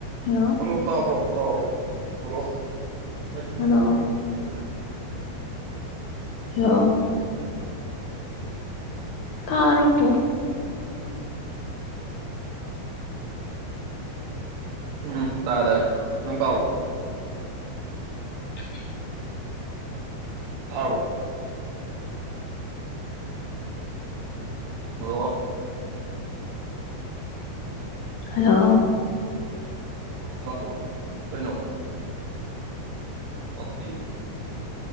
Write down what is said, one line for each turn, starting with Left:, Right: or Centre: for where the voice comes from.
Left: hello
Right: ꯑꯃꯣ ꯇꯥꯕ꯭ꯔꯣ ꯍꯥꯎ ꯍꯜꯂꯣ ꯄꯁ
Left: ꯍꯜꯂꯣ ꯍꯜꯂꯣ ꯀꯥꯔꯕꯨ
Right: ꯎꯝ ꯇꯥꯥꯏꯦ ꯇꯥꯏꯦ ꯅꯪ ꯀꯕꯣ
Left: <inaudible>
Right: ꯄꯥꯔꯔꯕꯣ ꯍꯜꯂꯣ
Left: ꯍꯜꯂꯣ
Right: ꯕꯣ ꯀꯩꯅꯣ ꯑꯣꯀꯦ